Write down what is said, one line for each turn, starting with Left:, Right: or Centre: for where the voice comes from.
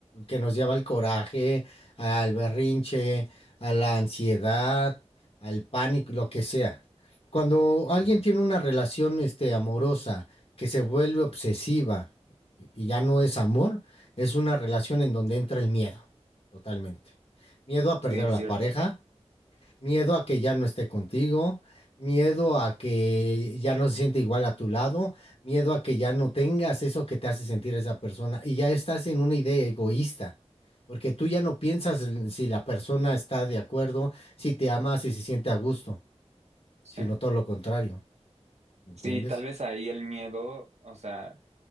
Left: que nos lleva al coraje, al berrinche, a la ansiedad, al pánico, lo que sea. Cuando alguien tiene una relación, este, amorosa que se vuelve obsesiva y ya no es amor, es una relación en donde entra el miedo, totalmente. Miedo a perder
Right: sí,
Left: a la
Right: cierto.
Left: pareja, Miedo a que ya no esté contigo, miedo a que ya no se siente igual a tu lado, miedo a que ya no tengas eso que te hace sentir esa persona y ya estás en una idea egoísta, porque tú ya no piensas en si la persona está de acuerdo, si te ama, si se siente a gusto,
Right: Sí.
Left: sino todo lo contrario, ¿entiendes?
Right: Sí, tal vez ahí el miedo, o sea,